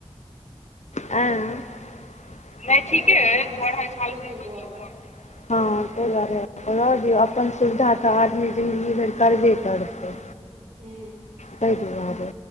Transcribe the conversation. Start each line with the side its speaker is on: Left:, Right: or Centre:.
Left: नहि ठीके
Right: अइ
Left: अय
Right: दू अढ़ाई
Left: दु आरहाय
Right: साल के
Left: सालमें
Right: हेबऽ दियौ
Left: <unintelligible>
Right: बौआ के
Left: <unintelligible> रहे दियौ अपन सुविधा तऽ आदमी जिंन्दगी भरि करबे करतै।
Right: हू
Left: तै दुआरे